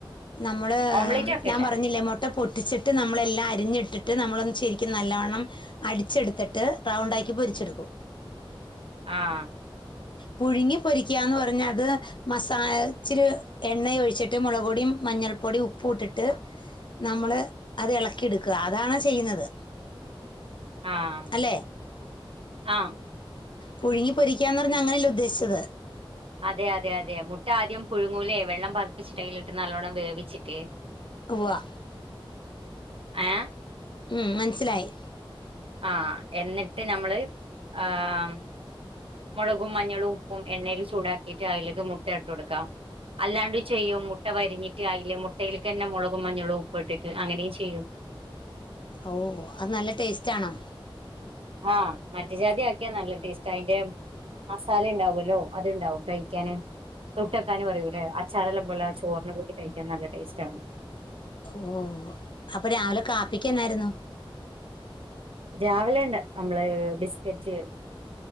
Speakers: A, on the left; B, on the right.
A: നമ്മൾ
B: ഓംലേറ്റ് ആക്കല്ലേ
A: ഞാൻ പറഞ്ഞില്ലേ മു ട്ട പൊട്ടിച്ചിട്ട് നമ്മളെല്ലാം അരിഞ്ഞിട്ടിട്ട് നമ്മളൊന്ന് ശരിക്കും നല്ലവണ്ണം അടിച്ചെടുത്തിട്ട് റൗണ്ട് ആക്കി പൊരിച്ചെടുക്കും
B: ആഹ്
A: പുഴുങ്ങി പൊരിക്കാന്ന് പറഞ്ഞ അത് മസാ ഇച്ചിരി എണ്ണ ഒഴിച്ചിട്ട് മുളക് പൊടിയും മഞ്ഞൾപ്പൊടിയും ഉപ്പു ഇട്ടിട്ട് നമ്മൾ അത് ഇളക്കി എടുക്കുക അതാണ് ചെയ്യുന്നത്
B: ആഹ്
A: അല്ലെ
B: ആഹ്
A: പുഴുങ്ങി പൊരിക്കാന്ന് പറഞ്ഞാ അങ്ങനെയല്ല ഉദ്ദേശിച്ചത്
B: അതെ അതെ അതെ മുട്ട ആദ്യം പുഴുങ്ങൂലേ വെള്ളം പതിപ്പിച്ചിട്ട് അയിലിട്ട് നല്ലോണം വേവിച്ചിട്ട്
A: ഉവ്വാ
B: ഏഹ്
A: ഉം മനസ്സിലായി
B: ആഹ് എന്നിട്ട് നമ്മൾ ആഹ് മുളകും മഞ്ഞളും ഉപ്പും എണ്ണേൽ ചൂടാക്കിയിട്ട് അയിലേക്ക് മുട്ട ഇട്ട് കൊടുക്കാം അല്ലാണ്ട് ചെയ്യും മുട്ട വരിഞ്ഞിട്ട് അയില് മുട്ടയിലേക്ക് തന്നെ മുളകും മഞ്ഞളും ഉപ്പു ഇട്ടിട്ട് അങ്ങനെയും ചെയ്യും
A: ഓഹ് അത് നല്ല ടേസ്റ്റ് ആണോ
B: ആഹ് മറ്റു ജാതി ആക്കിയാ നല്ല ടേസ്റ്റ് അയിന്റെ മസാല ഉണ്ടാവുല്ലോ അത്ണ്ടാവും കഴിക്കാന് തൊട്ടക്കാന് പറയൂല്ലേ ശകല പോലെ ആ ചോറിന് കൂട്ടി കഴിക്കാൻ നല്ല ടേസ്റ്റ് ആണ്
A: ഓഹ് അപ്പൊ രാവിലെ കാപ്പിക്ക്‌ എന്നായിരുന്നു
B: രാവിലെ ഉണ്ട് നമ്മള് ബിസ്കറ്റ്